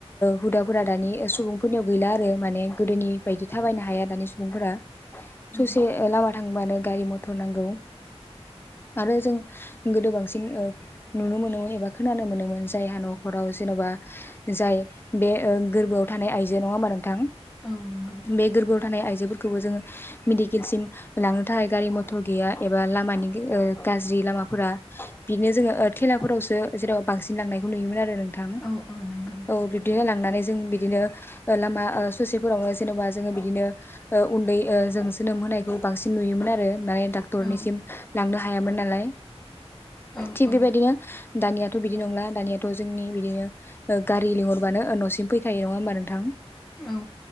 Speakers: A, on the left; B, in the centre.
A: हुदाफोरा दानि सुबुंफोरनियाव गैला आरो माने गोदोनि बायदि थाबायनो हाया दानि सुबुंफोरा
B: औ
A: ससे लामा थांबानो गारि मथर नांगौ
B: <inaudible>
A: आरो जों गोदो बांसिन नुनो मोनोमोन एबा खोनानो मोनोमोन जायहा न'खराव जेन'बा जाय बे गोरबोआव थानाय आइजो नङा होमबा नोंथां
B: औ नंगौ
A: बे गोरगआव थानाय आइ बो जोङो मेडिकेलसिम लांनो थाखाय गारि मथर गैया एबा लामानि गाज्रि लामाफोरा बिदिनो जोङो थेलाफोरावसो जेनेबा बांसिन लांनाय नुयोमोन आरो नोंथां
B: औ औ नंगौ
A: औ बिदिनो बिदिनो लामा ससेफोरावनो जेनेबा जोङो बिदिनो उन्दै जों जोनोम होनाय बांसिन नुयोमोन आरो माने डाक्टरनिसिम
B: औ
A: लांनो हायामोन नालाय
B: औ
A: थिग
B: औ
A: बेबायदिनो दानियाथ' बिदि नंला दानियाथ' जोंनि बिदिनो गारि लिंहरबानो न'सिम फैखायो नङा होमबा नोंथां
B: औ